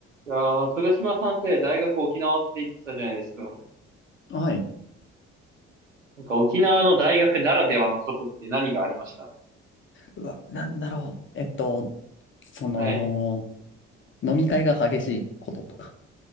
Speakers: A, on the right; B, on the left.
A: いやー、豊島さんって大学沖縄って言ってたじゃないですか。
B: はい。
A: なんか沖縄の大学ならではのことって何がありました
B: うわ、なんだろう。えっと、その、
A: はい。
B: 飲み会が激しいこととか。